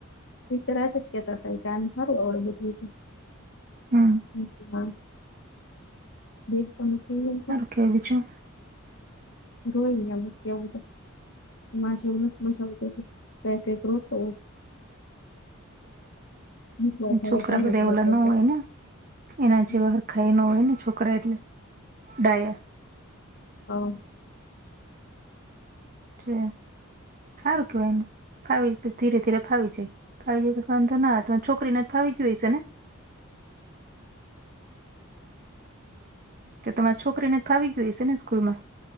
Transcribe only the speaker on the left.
પીચરજ જ કેતા ત ગાનડું બધું કે <unintelligible>
રોઈ એ ત્યા મૂકી આવું વાહ જેવી નથી મજા આવતી પક રોતો હોય નીકળો
થાય
તઈ
જ રોતો
હતો
હ